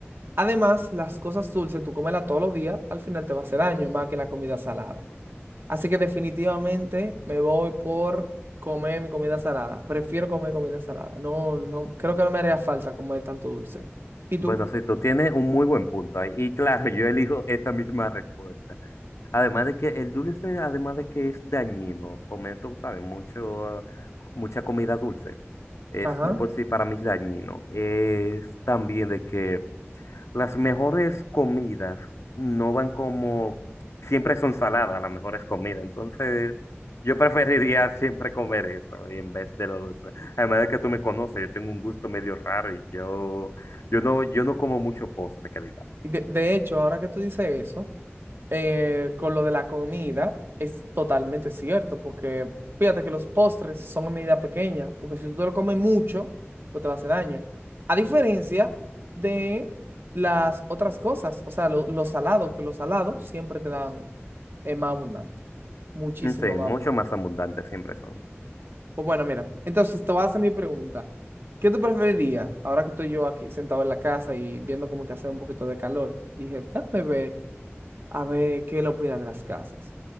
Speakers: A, on the right; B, on the left.
A: además, las cosas dulces, tú cómela todos los días, al final te va a hacer daño más que la comida salada. Así que definitivamente me voy por comer mi comida salada. Prefiero comer comida salada. No, no, creo que no me haría falta comer tanto dulce. ¿Y tú?
B: Bueno, sí, tú tienes un muy buen punto ahí. Y claro, yo elijo esta misma respuesta. Además de que el dulce, además de que es dañino, comer, tú sabes, mucho, mucha comida dulce, es
A: Ajá.
B: de por sí para mí dañino. Es también de que las mejores comidas no van como, siempre son saladas las mejores comidas, entonces yo preferiría <laughs> siempre comer eso y en vez de lo dulce. Además de que tú me conoces, yo tengo un gusto medio raro y yo, yo no, yo no como mucho postre, que digamos.
A: Y De, de hecho, ahora que tú dices eso, eh, con lo de la comida, es totalmente cierto, porque fíjate que los postres son a medida pequeña, porque si tú te lo comes mucho, pues te va a hacer daño. A diferencia de las otras cosas, o sea, lo, lo salado, que lo salado siempre te dan eh, más abundante, muchísimo
B: No sé,
A: más
B: mucho
A: abundante.
B: más abundante siempre son.
A: Pues bueno, mira, entonces te voy a hacer mi pregunta. ¿Qué tú preferirías ahora que estoy yo aquí sentado en la casa y viendo como que hace un poquito de calor? Dije, déjame ver, a ver qué le opinan de las casas.